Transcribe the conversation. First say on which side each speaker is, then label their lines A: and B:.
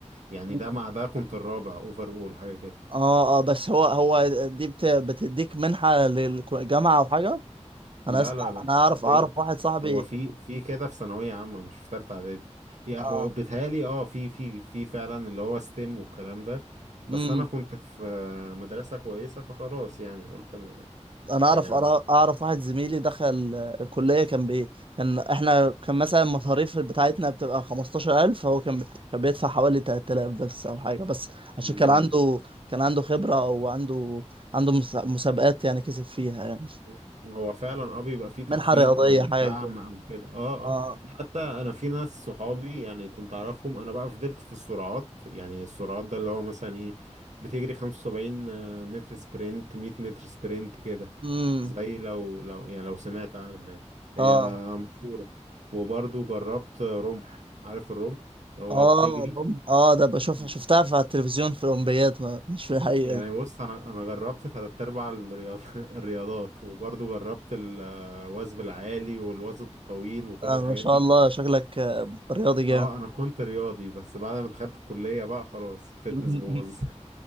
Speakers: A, on the right; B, on the right.
A: يعني
B: مم.
A: ده مع ده كنت الرابع اوفر اول حاجة كده
B: اه اه بس هو هو دي بت... بتديك منحة للجامعة او حاجة انا
A: لا
B: اسمع
A: لا لا
B: انا اعرف
A: دي
B: اعرف واحد صاحبي
A: هو في في كده في ثانوية عامة مش في تالتة إعدادي يعني
B: اه
A: هو بيتهيألي اه في في في فعلا اللي هو ستيم والكلام ده بس
B: امم
A: أنا كنت في آه، مدرسة كويسة فخلاص يعني قلت ما
B: انا اعرف
A: يعني عم
B: أرا-
A: مش
B: اعرف واحد زميلي دخل آه، الكلية كان بي كان احنا كان مثلا المصاريف بتاعتنا بتبقى 15000 هو كان بي... كان بيدفع حوالي 3000 بس او حاجة بس عشان
A: هتم.
B: كان عنده كان عنده خبرة او عنده عنده مس- مسابقات يعني كسب فيها يعني
A: مم. هو فعلا اه بيبقى فيه تخفيض
B: منحة رياضية
A: او
B: حاجة
A: دعم
B: كده
A: او كده اه
B: اه
A: اه حتى انا في ناس صحابي يعني كنت اعرفهم انا بقى فضلت في السرعات يعني السرعات ده اللي هو مثلا ايه بتجري 75 متر سبرنت 100 متر سبرنت كده
B: امم
A: زي لو لو يعني لو سمعت عنها يعني. هي
B: اه
A: مشهورة وبرضو جربت رمح عارف الرمح اللي هو
B: اه
A: بتجري
B: الرم- اه ده بشوفها
A: مم.
B: شفتها في على التلفزيون في الأولمبياد ما مش في الحقيقة
A: يعني
B: دي
A: بص انا انا جربت تلات ارباع الرياض... <laughs> الرياضات وبرضو جربت الوثب العالي والوثب الطويل وكل
B: آه
A: الحاجات
B: ما شاء
A: دي
B: الله شكلك آه، رياضي جامد
A: اه انا كنت رياضي بس بعد ما دخلت الكلية بقى خلاص الفتنس
B: <laughs>
A: باظ